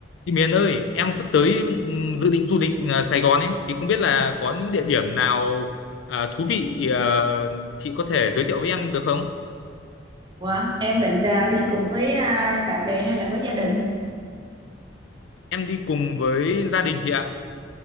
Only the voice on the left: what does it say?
Chị Miền ơi, em sắp tới ừm, dự định du lịch à, Sài Gòn ấy thì không biết là có những địa điểm nào à, thú vị à, chị có thể giới thiệu với em được không?
Em đi cùng với gia đình chị ạ.